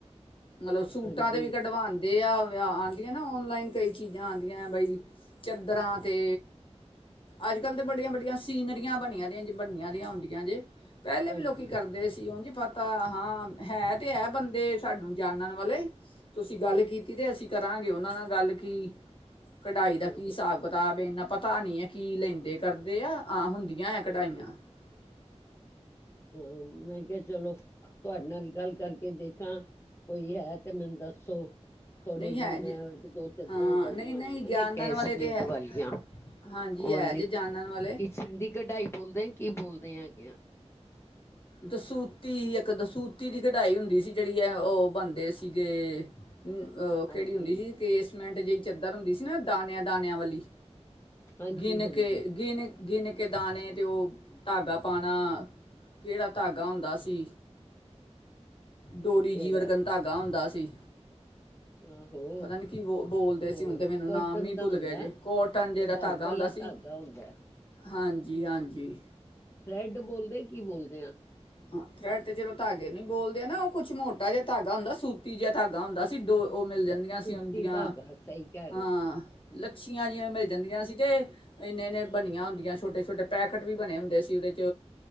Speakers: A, on the left; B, on the left.
A: ਮਤਲਬ ਸੂਟਾਂ
B: ਹਾਂਜੀ
A: ਤੇ ਵੀ ਕੱਢਵਾਉਣ ਅਤੇ ਆ ਆਉਂਦੀਆਂ ਨਾ ਔਨਲਾਈਨ ਕਈ ਚੀਜ਼ਾਂ ਆਉਂਦੀਆਂ ਆਨਲਾਈਨ ਕਾਈ ਚੀਜਾ ਅਦੀਆਂ ਬਈ ਚਾਦਰਾਂ ਤੇ ਅੱਜ-ਕੱਲ ਤਾਂ ਬਡੀਆਂ ਵਡੀਆਂ ਸੀਨਰੀਆਂ ਬਣੀਆਂਆਂ ਜੀ ਬਣੀਆਂ ਦੀਆਂ ਹੁੰਦੀਆਂ ਜੇ ਪਹਿਲੇ
B: ਹਾਂਜੀ
A: ਵੀ ਲੋਕੀ ਕਰਦੇ ਸੀ ਉਝ ਪਤਾ ਹਾਂ ਹੈ, ਤੇ ਹੈ ਬੰਦੇ ਸਾਨੂੰ ਜਾਣਣ ਵਾਲੇ ਤੁਸੀ ਗੱਲ
B: ਹਾਂ
A: ਕੀਤੀ ਤੇ ਅਸੀ ਕਰਾਂਗੇ ਉਹਨਾਂ ਨਾਲ ਗੱਲ ਕੀ ਕਢਾਈ ਦਾ
B: ਹਾਂ
A: ਕੀ ਹਿਸਾਬ
B: ਤੁਸੀਂ
A: ਕਿਤਾਬ ਇਹਨਾ ਪਤਾ ਨੀ ਹੈ ਕੀ ਲੈਂਦੇ ਕਰਦੇ ਆ ਆਹ ਹੁੰਦੇ <inaudible>
B: ਹਾਂਜੀ ਹਾਂ ਮੈਂ ਚਲੋ ਤੁਹਾਡੇ ਨਾਲ ਗੱਲ ਕਰਕੇ ਦੇਖਾਂ, ਕੋਈ ਹੈਤੇ ਮੈਨੂੰ ਦੱਸੋ ਥੋੜੇ
A: ਨਹੀਂ
B: ਜਿਹੇ
A: ਹੈ ਜ
B: ਮੈਂ ਇਕ ਦੋ ਚਦਰਾਂ
A: ਹਾਂ
B: ਕਢਵਾਉਾਨਆ
A: ਨਹੀਂ ਨਹੀਂ ਜਾਣਨ
B: ਨੇ ਕ ਐਸ
A: ਵਾਲੇ
B: ਮਿੰਟ
A: ਤਾਂ ਹੈ
B: ਵਾਲੀਆਂ।
A: ਹਾਂਜੀ
B: ਉਹ
A: ਹੈ ਜੇ ਜਾਣਨ ਵਾਲੇ
B: ਕਿਸ ਦੀ ਕਢਾਈ ਬੋਲਦੇ ਕੀ ਬੋਲਦੇ ਆ ਹੈਗੇਆ
A: ਦਸੂਤੀ ਇਕ ਦਸੂਤੀ ਦੀ ਕਢਾਈ ਹੁੰਦੀ ਸੀ ਜਿਹੜੀ ਏ ਓ ਉਹ ਬੰਦੇ ਸੀਗੇ ਉਹ
B: ਹਾਂਜੀ
A: ਕਿਹੜੀ ਹੁੰਦੀ ਸੀ ਕੇਸ ਮਿੰਟ ਜਿਹੀ ਚਦਰ ਹੁੰਦੀ ਸੀ ਨਾ ਦਾਨਿਆ-ਦਾਨਿਆ ਵਾਲੀ
B: ਹਾਂਜੀ
A: ਗਿਨਕੇ,
B: ਹਾਂਜੀ
A: ਗਿਨ ਗਿਨਕੇ ਦਾਨੇ ਤੇ ਉਹ ਧਾਗਾ ਪਾਨਾ ਕਿਹੜਾ ਧਾਗਾ ਹੁੰਦਾ ਸੀ। ਡੋਰੀ
B: ਕਿਹੜਾ
A: ਜੀ ਵਰਗਨ ਧਾਗਾ ਹੁੰਦਾ ਸ ਤੇ
B: ਆਹੋ
A: ਪਤਾ ਨਹੀ ਕੀ ਬੋ ਬੋਲਦੇ ਸੀ
B: ਉਹ
A: ਹੁਨ ਮੈਨੂੰ
B: ਕੋਟਨ
A: ਨਾਮ ਹੀ
B: ਦਾ
A: ਭੁੱਲ
B: ਹੁੰਦਾ
A: ਗਏ ਜੇ ਕੋਟਨ ਜੇਦਾ
B: ਕਢਾਈ
A: ਧਾਗਾ
B: ਵਾਲਾ
A: ਹੁੰਦਾ ਸੀ
B: ਧਾਗਾ ਹੁੰਦਾ
A: ਹਾਂਜੀ-ਹਾਂਜੀ।
B: ਥਰੈਡ ਬੋਲਦੇ ਕੀ ਬੋਲਦੇ ਆ।
A: ਹਾਂ ਥਰੈਡ ਤੇ ਚਲੋ ਧਾਗੇ ਨੂੰ ਬੋਲਦੇ ਨਾ ਉਹ ਕੁਛ ਮੋਟਾ ਜਿਹਾ ਧਾਗਾ ਹੁੰਦਾ ਸੂਤੀ ਜਿਹਾ ਧਾਗਾ ਹੁੰਦਾ ਸੀ ਡੋ ਉਹ ਮਿਲ ਜਾਂਦੀਆਂ
B: ਸੂਤੀ
A: ਸੀ ਉਹ ਦੀਆਂ
B: ਧਾਗਾ ਸਹੀ ਕਹਿ ਰਹੇ
A: ਹਾਂ।
B: ਹੋ
A: ਲੱਛੀਆ ਜਿਵੇਂ ਮਿਲ ਜਾਂਦੀਆਂ ਸੀ ਅਤੇ ਇੰਨੇ-ਇੰਨੇ ਬਣੀਆਂ ਹੁੰਦੀਆਂ ਛੋਟੇ-ਛੋਟੇ ਪੈਕੇਟ ਵੀ ਬਣੇ ਹੁੰਦੇ ਸੀ ਉਹਦੇ ਚ